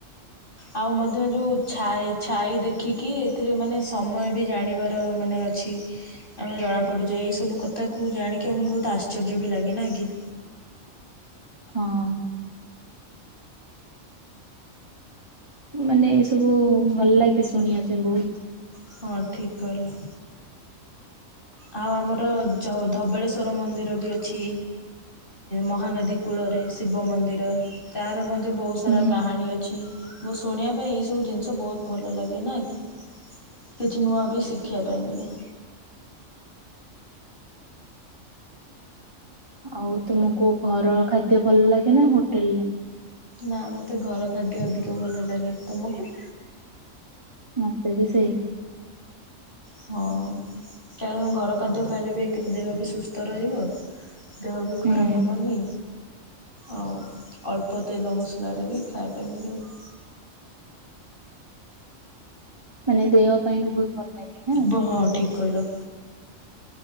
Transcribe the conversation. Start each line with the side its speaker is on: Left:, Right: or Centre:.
Left: ଆଉ ମଧ୍ୟ ଯୋଉ ଛାଇ ଛାଇ ଦେଖିକି, ଏଥିରେ ମାନେ ସମୟ ବି ଜାଣିବାର ମାନେ ଅଛି। ଆଉ ଜଣା ପଡିଯାଏ, ଏଇ ସବୁ କଥାକୁ ଜାଣିକି ଆମକୁ ବହୁତ ଆଶ୍ଚର୍ଯ୍ୟ ବି ଲାଗେ ନା କି?
Right: ହଁ। ମାନେ ଏ ସବୁ ଭଲ ଲାଗେ ଶୁଣିବା ପାଇଁ ବହୁତ।
Left: ହଁ ଠିକ୍ କହିଲ।
Right: <inaudible>
Left: ଆଉ ଆମର ଧବଳେଶ୍ୱର ମନ୍ଦିର ବି ଅଛି, ମହାନଦୀ କୂଳରେ ଶିବ ମନ୍ଦିର, ତାର ମଧ୍ୟ ରେ ବହୁତ ସାରା
Right: ହୁଁ।
Left: କାହାଣୀ ଅଛି। ମୁଁ ଶୁଣିବା ପାଇଁ ଏଇ ସବୁ ଜିନିଷ ବହୁତ ଭଲ ଲାଗେ ନା କି? କିଛି ନୂଆ ବି ଶିଖିବା ପାଇଁ ମିଳେ।
Right: ଆଉ ତୁମକୁ ଘର ଖାଦ୍ୟ ଭଲ ଲାଗେ ନା ହୋଟେଲରେ?
Left: ନା ମତେ ଘର ଖାଦ୍ୟ ଅଧିକ ଭଲ ଲାଗେ। ତମକୁ?
Right: ମତେ ବି ସେଇ।
Left: ହଁ କାରଣ ଘର ଖାଦ୍ୟ ଖାଇଲେ ବି ଏକରେ ଦେହ ବି ସୁସ୍ଥ ରହିବ। ଦେହ ବି ଖରାପ
Right: ହୁଁ।
Left: ହବନି ଆଉ ଅଳ୍ପ ତେଲ ମସଲାରେ ବି ଖାଇବା ପାଇଁ ମିଳିବ।
Right: ମାନେ ଦେହ ପାଇଁ ବି ବହୁତ ଭଲ ଲାଗେ। ନା
Left: ବ
Right: ସେଇଥିପାଇଁ।
Left: ହଁ ଠିକ କହିଲ।